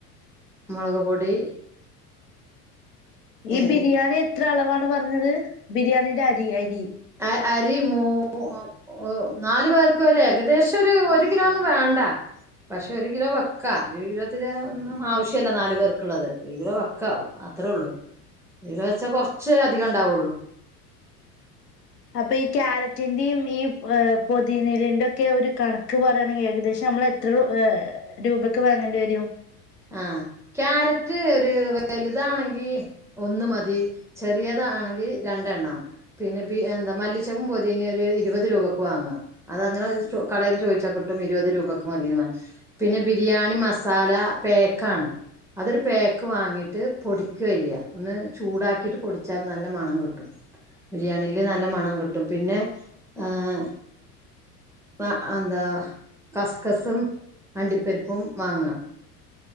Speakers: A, in the centre; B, on the left.
A: മുളക്പൊടി
B: ഈ
A: എ
B: ബിരിയാണി എത്ര അളവാണ് പറഞ്ഞത്. ബിരിയാണീന്റെ അരി അരി?
A: ആ അരി മൂ ഓ നാലു പേർക്ക് ഒരു ഏകദേശം ഒരു കിലോ ഒന്നും വേണ്ട. പക്ഷെ ഒരു കിലോ വക്കാ. ഒരു കിലോത്തി ഒന്നും ആവശ്യല്ല നാലു പേർക്കുള്ളത് ഒരു കിലോ വക്ക. അത്ര ഉള്ളൂ ഒരു കിലോ വെച്ചാ കുറച്ചേ അധികം ഉണ്ടാവുള്ളൂ.
B: അപ്പൊ ഈ ക്യാരറ്റിന്റെയും ഈ പൊതിന നീലിന്റെ ഒക്കെ ഒരു കണക്ക് പറയാണെങ്കി ഏകദേശം നമ്മള് എത്ര ഏഹ് രൂപയ്ക്ക് വാങ്ങേണ്ടി വരും?
A: ആഹ് ക്യാരറ്റ് ഒരു വലുതാണെങ്കി ഒന്ന് മതി ചെറിയതാ ആണെങ്കി രണ്ടെണ്ണം. പിന്നെ ബി എന്താ മല്ലിച്ചക്കും പൊതിനി ഒരു ഇരുപത് രൂപക്ക് വാങ്ങ. അത് അങ്ങനെ ചോ കടയിൽ ചോയിച്ചാ കിട്ടും ഇരുപത് രൂപക്ക് മതിന്ന്. പിന്നെ ബിരിയാണി മസാല പേക്കാണ്. അതൊരു പാക്ക് വാങ്ങിട്ട് പൊടിക്കെയ്യ ഒന്ന് ചൂടാക്കിട്ട് പൊടിച്ചാൽ നല്ല മണം കിട്ടും. ബിരിയാണില് നല്ല മണം കിട്ടും പിന്നെ ആഹ് മ എന്ത കസ്കസും അണ്ടിപ്പരിപ്പും വാങ്ങ